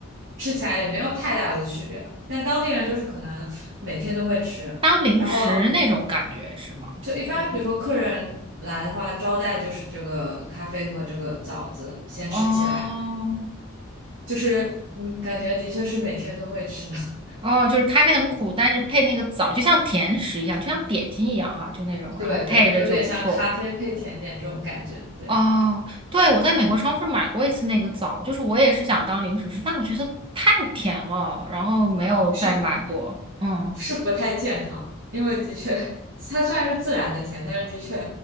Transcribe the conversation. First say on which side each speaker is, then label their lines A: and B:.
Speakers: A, on the right; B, on the right.
A: 吃起来也没有太大的区别吧。但当地人就是可能每天都会吃。
B: 当零食那种感觉是吗？
A: 然后就一般，
B: 就是
A: 比如说客人来的话，招待就是这个咖啡和这个枣子先吃起来，
B: 哦
A: 就是嗯，感觉的确是每天都会吃的。<laughs>
B: 哦，就是咖啡很苦，但是配那个枣，就像甜食一样，就像点心一样哈，就那种，
A: 对对，
B: 然后配着就不错。
A: 就有点像咖啡配甜点这种感觉。对，
B: 哦，对，我在美国超市买过一次那个枣，就是我也是想当零食吃，但我觉得太甜了，然后没有再买过。
A: 是
B: 嗯，
A: 是不太健康，因为的确它虽然是自然的甜，但是的确